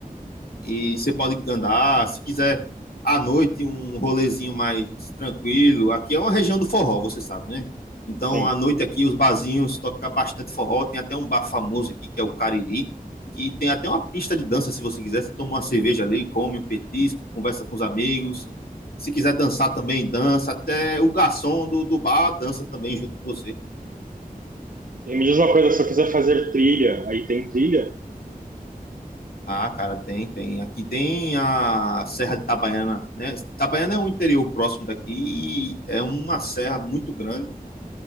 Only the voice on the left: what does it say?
e você pode andar, se quiser à noite um rolezinho mais tranquilo. Aqui é uma região do forró, você sabe, né? Então,
à noite aqui os barzinhos tocam bastante forró, tem até um bar famoso aqui que é o Cariri, que tem até uma pista de dança se você quiser, você toma uma cerveja ali, come um petisco, conversa com os amigos. Se quiser dançar também, dança, até o garçom do, do bar dança também junto com você.
Ah, cara, tem, tem. Aqui tem a Serra de Itabaiana, né? Itabaiana é um interior próximo daqui e é uma serra muito grande